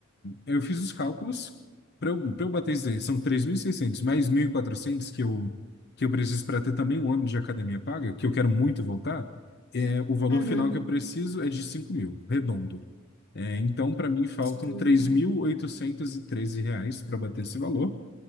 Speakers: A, on the left; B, on the left.
A: eu fiz os cálculos para eu, para eu bater isso aí. São 3.600 mais 1.400 que eu, que eu preciso para ter também um ano de academia paga, que eu quero muito voltar. É, o valor
B: uhum.
A: final que eu preciso é de 5 mil, redondo. É, então, para mim, faltam
B: Cinco mil
A: três
B: reais.
A: mil oitocentos e treze reais para bater esse valor.